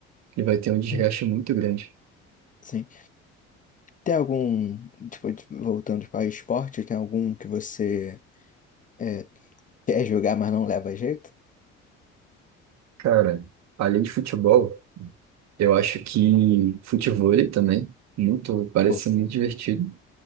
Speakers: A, on the right; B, on the left.
A: Ele vai ter um desgaste
B: Hum.
A: muito grande.
B: Sim. Tem algum, tipo, de- voltando para esporte, tem algum que você é, quer jogar, mas não leva jeito?
A: Cara, além de futebol. Eu acho que futevôlei também, muito, parece
B: Pô,
A: ser muito divertido.